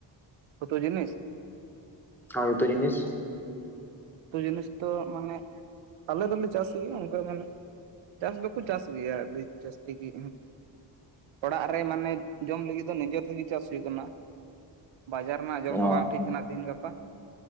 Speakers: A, on the right (about 85°); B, in the centre.
A: ᱩᱛᱩ ᱡᱤᱱᱤᱥ?
B: ᱦᱳᱭ ᱩᱛᱩ ᱡᱤᱱᱤᱥ ᱾
A: ᱩᱛᱩ ᱡᱤᱱᱤᱥ ᱫᱚ ᱢᱟᱱᱮ ᱟᱞᱮ ᱫᱚᱞᱮ ᱪᱟᱥ ᱜᱮᱭᱟ ᱚᱱᱠᱟ ᱢᱟᱱᱮ ᱪᱟᱥ ᱫᱚᱠᱚ ᱪᱟᱥ ᱜᱮᱭᱟ ᱟᱹᱫᱤ ᱡᱟᱹᱥᱛᱤ ᱜᱤ ᱚᱲᱟᱜ ᱨᱮ ᱢᱟᱱᱮ ᱡᱚᱢ ᱞᱟᱹᱜᱤᱫ ᱫᱚ ᱱᱤᱡᱚᱨ ᱛᱮᱜᱮ ᱪᱟᱥ ᱦᱩᱭᱩᱜ ᱠᱟᱱᱟ, ᱵᱟᱡᱟᱨ ᱨᱮᱱᱟᱜ ᱡᱚᱢ ᱦᱚᱸ
B: ᱚ
A: ᱵᱟᱝ ᱴᱷᱤᱠ ᱛᱤᱦᱤᱧ ᱜᱟᱯ